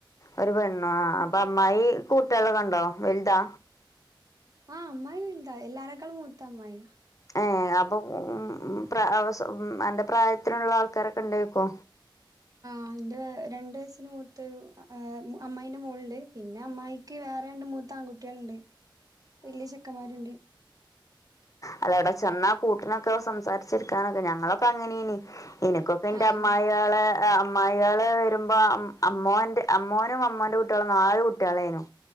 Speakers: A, on the left; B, on the right.
A: ഒരു പെണ്ണു ആഹ് അപ്പം അമ്മായി കൂട്ടിളെ ക ണ്ടോ വൽതാ
B: ആഹ് അമ്മായി വെൽതാ എല്ലാരേക്കാളും മൂത്ത അമ്മായിയ
A: ഏഹ് അപ്പൊ ഉം പ്ര അവ അന്റെ പ്രായത്തിനൊള്ള ആൾക്കാരൊക്കെ ഇണ്ടാരിക്കൊ
B: ആഇൻ്റെ രണ്ട് യസിന് മൂത്തൊരു ആ അമ്മായിൻ്റെ മോള്ണ്ട് പിന്നെ അമ്മായിക്ക് വേറെണ്ട് മൂ ത്താൺകുട്ടിളിണ്ട് വലിയ ചെക്കന്മാരിണ്ട്
A: അല്ലവിടെ ചെന്നാ കൂട്ടിനൊക്കെ സംസാരിച്ചിരിക്കാനൊക്കെ ഞങ്ങളൊക്കെ അങ്ങനേയ്നി എനിക്കൊക്കെന്റെ
B: ആഹ്
A: അമ്മായേളെ അമ്മായികള് വരുമ്പോ അം അമ്മോന്റെ അമ്മോനും അമ്മോന്റെ കുട്ട്യോളും നാല് കുട്ട്യളായ്നു